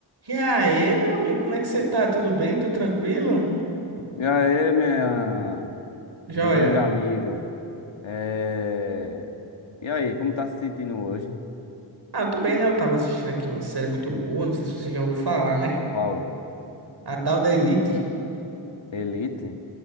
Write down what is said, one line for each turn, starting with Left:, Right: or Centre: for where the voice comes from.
Right: E aí, meu amigo, como é que você tá? Tudo bem? Tudo tranquilo?
Left: E aí, minha,
Right: Joia.
Left: meu grande amigo, é... e aí, como tá se sentindo hoje?
Right: Ah, eu tô bem, né? Eu tava assistindo aqui uma série muito boa, não sei se você já ouviu falar, né?
Left: Qual?
Right: A tal da Elite.
Left: Elite?